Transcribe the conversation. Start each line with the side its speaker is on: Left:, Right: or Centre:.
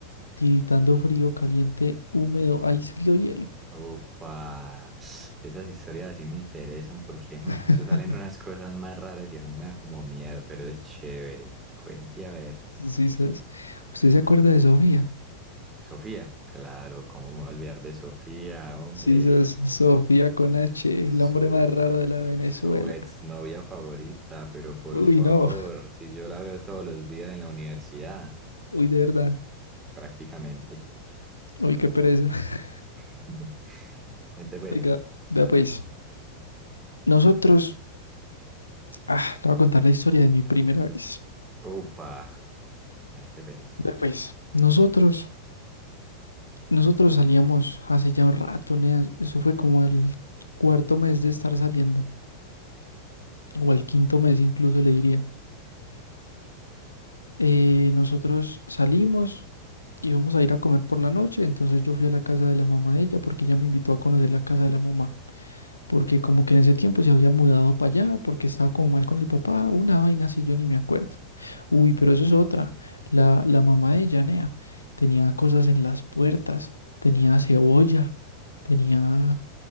Left: tiritando frío, caliente, húmedo, ice, frío, hielo.
Right: Opa, esas historias así me interesan porque mm,
Left: <laughs>
Right: eso salen unas cosas más raras y a mí me da como miedo, pero es chévere. Cuente a ver.
Left: Sí, ¿sabes? ¿Usted se acuerda de Sofía?
Right: Sofía, claro, cómo me voy a olvidar de Sofía, hombre,
Left: Sí, ¿sabes? Sofía con H,
Right: su,
Left: el hombre más raro de la Venezuela.
Right: su exnovia favorita, pero por
Left: Uy,
Right: favor,
Left: no,
Right: si yo la veo todos los días en la universidad,
Left: uy, de verdad,
Right: prácticamente.
Left: uy, qué pereza. <laughs>
Right: <laughs> Cuente pues.
Left: Oiga, vea pues, nosotros, ah, le voy a contar la historia de mi primera vez.
Right: Opa, mente ves.
Left: Vea pues, nosotros. Nosotros salíamos hace ya un rato, Nea. Eso fue como al cuarto mes de estar saliendo, o al quinto mes incluso le diría. Eh, nosotros salimos, íbamos a ir a comer por la noche, entonces yo fui a la casa de la mamá de ella porque ella me invitó a conocer la casa de la mamá, porque como que en ese tiempo se había mudado para allá, porque estaba como mal con el papá, una vaina así, yo ni me acuerdo. Uy, pero eso es otra. La, la mamá de ella, Nea, tenía cosas en las puertas, tenía cebolla, tenía...